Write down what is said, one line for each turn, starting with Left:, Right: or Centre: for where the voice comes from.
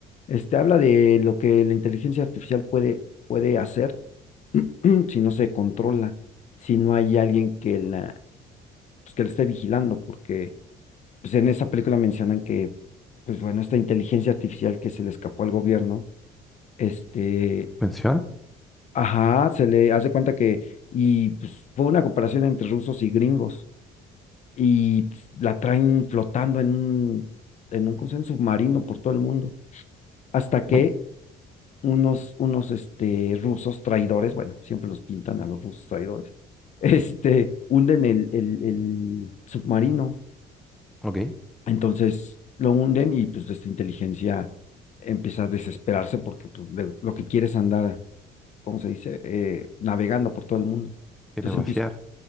Left: Este, habla de lo que la inteligencia artificial puede, puede hacer <clears throat> si no se controla, si no hay alguien que la, pues, que la esté vigilando, porque pues, en esa película mencionan que, pues bueno, esta inteligencia artificial que se le escapó al gobierno, este,
Centre: ¿Menciona?
Left: ajá, se le hace cuenta que, y pues fue una cooperación entre rusos y gringos, y pues, la traen flotando en un, en un, ¿cómo se llama? submarino por todo el mundo, hasta que
Centre: Ujú,
Left: unos, unos este, rusos traidores, bueno, siempre los pintan a los rusos traidores, <laughs> este, hunden el, el, el submarino.
Centre: Ok, es
Left: Entonces lo hunden y pues esta inteligencia empieza a desesperarse porque pues, le- lo que quiere es andar, ¿cómo se dice? Eh, navegando por todo el mundo.
Centre: demasiado.
Left: Entonces empieza,